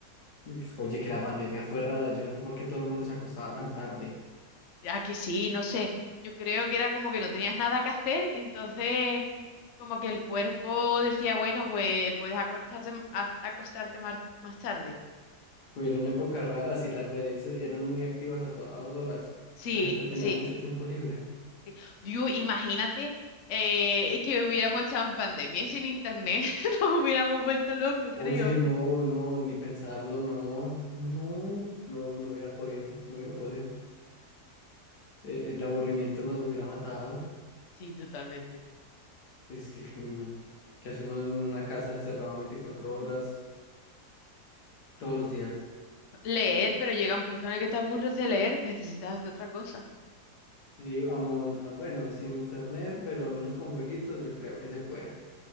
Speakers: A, on the left; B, on the left.
A: <laughs> Oye, que la pandemia fue rara, yo no sé por qué todo el mundo se acostaba tan tarde.
B: Ya que sí, no sé. Yo creo que era como que no tenías nada que hacer, entonces como que el cuerpo decía, bueno, pues puedes acostarte, m- a- acostarte mar- más, tarde.
A: Fueron épocas raras y las redes eran muy activas a todas horas.
B: Sí,
A: La gente tenía
B: sí,
A: mucho tiempo libre.
B: sí. Dios, imagínate eh, que hubiéramos estado en pandemia y sin internet <laughs> nos hubiéramos vuelto locos,
A: Oye,
B: creo, ¿eh?
A: no, no, ni pensarlo, no, no, no, no hubiera podido, no hubiera podido. Eh, el aburrimiento nos hubiera matado.
B: Sí, totalmente.
A: Es que, uy, no. Que hace uno en una casa encerrado 24 horas todos los días?
B: Leer, pero llega un punto en el que te aburres de leer, necesitas hacer otra cosa.
A: Sí, amon, ah, bueno, sin internet, pero al menos con jueguitos, yo creo que se puede.